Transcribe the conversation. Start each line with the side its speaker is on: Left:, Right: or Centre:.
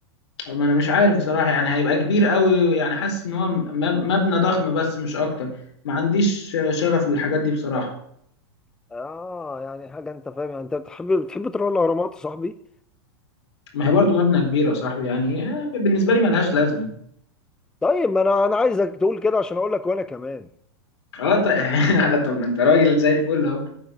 Left: ما انا مش عارف بصراحة يعني هيبقى كبير قوي يعني حاسس ان هو م- م- مبنى ضخم بس مش اكتر ما عنديش شغف للحاجات دي بصراحة
Centre: اه يعني حاجه انت فاهم يعني انت بتحب بتحب تروح الاهرامات يا صاحبي
Left: ما هي برضو مبنى كبير يا صاحبي يعني آه، بالنسبة لي ملهاش لازمة
Centre: طيب ما انا انا عايزك تقول كده عشان اقول لك وانا كمان
Left: اه طيب <laughs> طب ما انت راجل زي الفل اهو